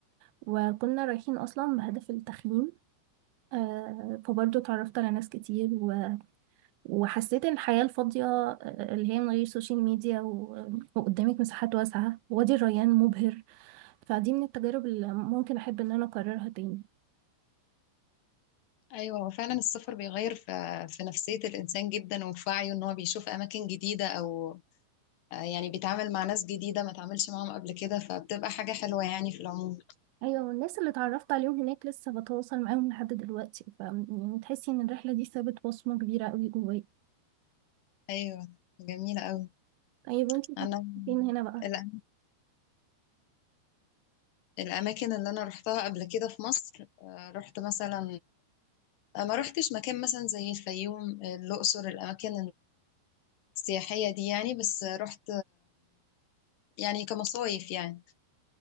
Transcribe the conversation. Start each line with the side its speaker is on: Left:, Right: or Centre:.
Right: وكنا رايحين اصلا بهدف التخييم آه فبرضه اتعرفت على ناس كتير و... وحسيت إن الحياة الفاضية آه، اللي هي من غير سوشيال ميديا و... وقدامك مساحات واسعة وادي الريان مبهر فدي من التجارب اللي ممكن احب ان انا اكررها تاني
Left: ايوه هو فعلا السفر بيغير في في نفسية الانسان جدا وفي وعيه ان هو بيشوف اماكن جديدة او آه، يعني بيتعامل مع ناس جديدة ما تعاملش معاهم قبل كده فبتبقى حاجة حلوة يعني في العموم
Right: ايوه والناس اللي اتعرفت عليهم هناك لسه بتواصل معاهم لحد دلوقتي ف يعني تحسي ان الرحله دي سابت بصمه كبيره قوي جوايا
Left: ايوه جميلة قوي
Right: طيب وانتي سافرتي
Left: انا
Right: فين هنا بقى
Left: الأ- الأماكن اللي أنا رحتها قبل كده في مصر آه، رحت مثلا آه، ما رحتش مكان مثلا زي الفيوم آه، الأقصر الأماكن السياحية دي يعني بس رحت يعني كمصايف يعني